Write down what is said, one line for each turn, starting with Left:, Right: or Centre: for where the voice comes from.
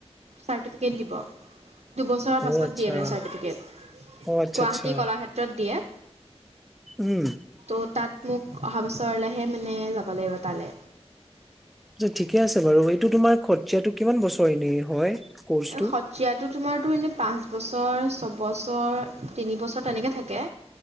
Right: চাৰ্টিফিকেট দিব। দুবছৰৰ
Centre: অ
Right: পাছত
Centre: আচ্ছা
Right: দিয়ে মানে চাৰ্টিফিকেট,
Centre: অ আচ্ছা
Right: গুৱাহাটী
Centre: আচ্ছা
Right: কলাক্ষেত্ৰত দিয়ে।
Centre: উম
Right: ত' তাত মোক, অহা বছৰলৈহে মানে যাব লাগিব তালৈ।
Centre: ঠিকেই আছে বাৰু, এইটো তোমাৰ সত্ৰীয়াটো কিমান বছৰ এনে হয়? কৰ্চটো
Right: এ সত্ৰীয়াটো তোমাৰ টো এনেই পাঁচ বছৰ, ছবছৰ, তিনি বছৰ তেনেকৈ থাকে।